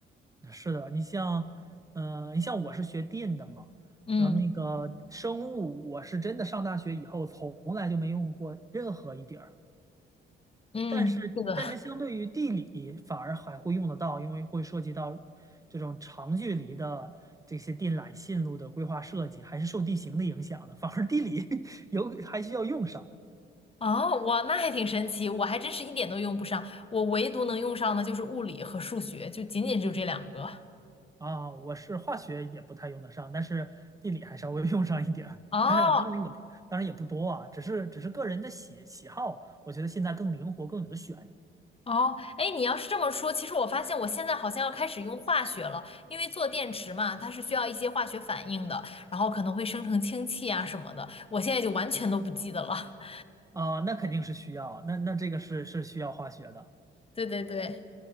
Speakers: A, on the right; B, on the left.
A: 是的，你像，嗯、你像我是学电的嘛，
B: 嗯
A: 然后那个生物，我是真的上大学以后从来就没用过任何一点儿。
B: 嗯，
A: 但是，
B: 是的。
A: 但是相对于地理，反而还会用得到，因为会涉及到这种长距离的这些电缆线路的规划设计，还是受地形的影响的。反而地理 <laughs> 有还需要用上。
B: 哦，哇，那还挺神奇，我还真是一点都用不上，我唯独能用上的就是物理和数学，就仅仅就这两个。
A: 啊，我是化学也不太用得上，但是地理还稍微 <laughs> 用上一点儿。
B: 哦
A: 当然，当然也当然也不多啊，只是只是个人的喜喜好，我觉得现在更灵活，更有的选
B: 哦，哎，你要是这么说，其实我发现我现在好像要开始用化学了，因为做电池嘛，它是需要一些化学反应的，然后可能会生成氢气啊什么的，我现在就完全都不记得了。<laughs>
A: 啊，那肯定是需要，那那这个是是需要化学的
B: 对对对。